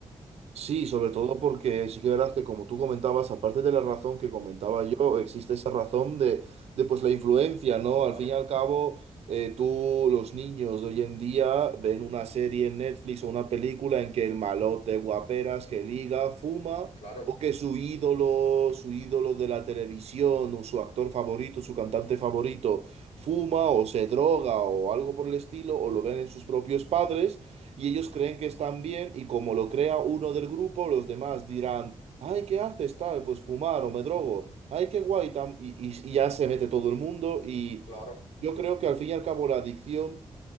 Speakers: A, on the right; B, on the left.
A: Sí, sobre todo porque sí que verás que como tú comentabas, aparte de la razón que comentaba yo, existe esa razón de, de, pues la influencia, ¿no? Al
B: Claro,
A: fin y al cabo, eh, tú, los niños de hoy en día ven una serie en Netflix o una película en que el malote, guaperas, que liga, fuma,
B: claro,
A: o que su ídolo, su ídolo de la televisión, o su actor favorito, su cantante favorito, fuma o se droga o algo por el estilo, o lo ven en sus propios padres. Y ellos creen que están bien y como lo crea uno del grupo, los demás dirán, ay, ¿qué haces tal? Pues fumar o me drogo, ay, qué guay, tam-". Y, y- y ya se mete todo el mundo y
B: claro,
A: yo creo que al fin y al cabo la adicción